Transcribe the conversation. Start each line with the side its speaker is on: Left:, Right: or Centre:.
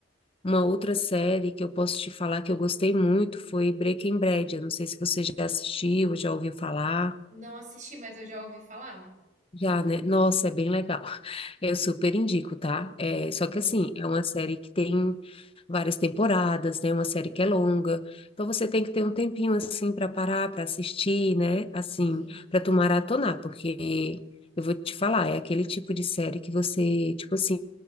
Left: uma outra série que eu posso te falar que eu gostei muito foi Breaking Bad. Eu não sei se você já assistiu, já ouviu falar.
Right: Não assisti, mas eu já ouvi falar.
Left: Já, né? Nossa, é bem legal. <laughs> Eu super indico, tá? É,
Right: Aham.
Left: só que assim, é uma série que tem várias temporadas, né? Uma série que é longa. Então você tem que ter um tempinho assim para parar, para assistir, né? Assim,
Right: Sim.
Left: para tu maratonar, porque eu vou te falar, é aquele tipo de série que você, tipo assim,